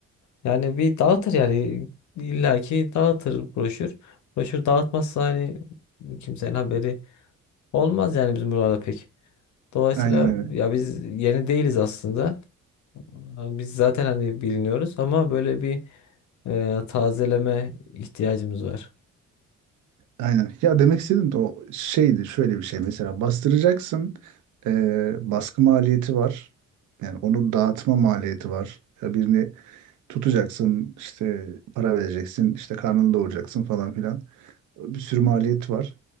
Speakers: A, on the left (about 70°); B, on the right (about 75°).
A: Yani bir dağıtır yani. illaki dağıtır broşür. Broşür dağıtmazsa hani kimsenin haberi olmaz yani bizim buralarda pek. Dolayısıyla
B: Aynen aynen.
A: ya biz yeni değiliz aslında. Biz zaten hani biliniyoruz ama böyle bir e, tazeleme ihtiyacımız var.
B: Aynen. Ya demek istedim de o şeydi şöyle bir şey mesela bastıracaksın eee, baskı maliyeti var. Yani onu dağıtma maliyeti var. Ya birini tutacaksın işte para vereceksin işte karnını doyuracaksın falan filan. Bir sürü maliyet var.